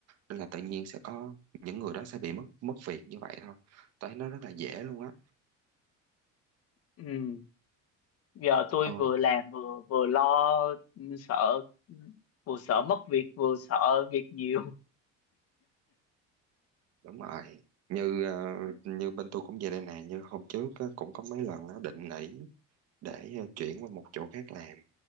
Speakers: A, on the right; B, on the left.
A: nên là tự nhiên sẽ có những người đó sẽ bị mất mất việc như vậy thôi tôi thấy nó rất là dễ luôn á
B: ừ. giờ tôi
A: Ôi,
B: vừa làm vừa vừa lo ừ, sợ vừa sợ mất việc vừa sợ việc nhiều
A: đúng rồi. Như ờ, như bên tôi cũng vậy đây nè, như hôm trước á, cũng có mấy lần á, định nghỉ để ờ, chuyển qua một chỗ khác làm.